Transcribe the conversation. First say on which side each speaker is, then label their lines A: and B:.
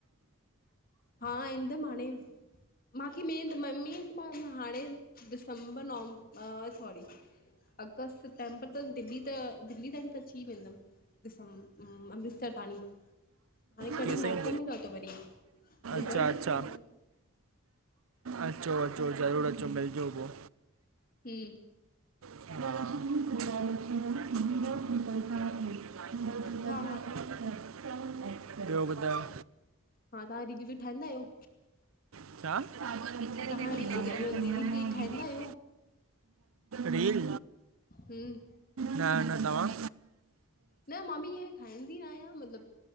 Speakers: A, on the left; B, on the right.
A: हा इंदम हांणे। मांखे में मम्मी मां हाणे दिसंबर नवंब सॉरी। अगस्त सितंबर त दिल्ली त दिल्ली तांई त अची ई वेंदम। दिसं अमृतसर ताणी। हाणे कॾहिं
B: केसिताईं
A: मौक़ो मिलियो त वरी मुंबई
B: अच्छा अच्छा,
A: बि अची वेंदमि
B: अचो अचो, ज़रूरु अचो, मिलजो पो।
A: हम्म
B: <unintelligible>
A: तव्हां
B: ॿियो ॿधायो?
A: हा तहां रील ठाहिंदा आहियो?
B: ह
A: तव्हां रील
B: <unintelligible>
A: वील ठाहींदा आहियो
B: रील!
A: हम्म,
B: न- न, तंवां?
A: न मां बि इंअ ठाहींदी न आहियां मतिलब